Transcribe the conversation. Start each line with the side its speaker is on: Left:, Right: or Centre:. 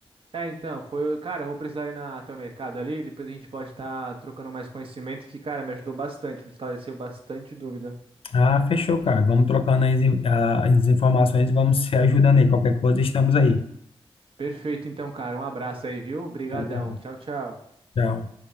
Right: É, então, foi. Cara, eu vou precisar ir na, até o mercado ali, depois a gente pode estar trocando mais conhecimento, que, cara, me ajudou bastante, me esclareceu bastante dúvida.
Left: Ah, fechou, cara. Vamos trocando as, as informações e vamos se ajudando aí. Qualquer coisa, estamos aí.
Right: Perfeito, então, cara. Um abraço aí, viu? Obrigadão.
Left: Tá bom.
Right: Tchau, tchau.
Left: Tchau.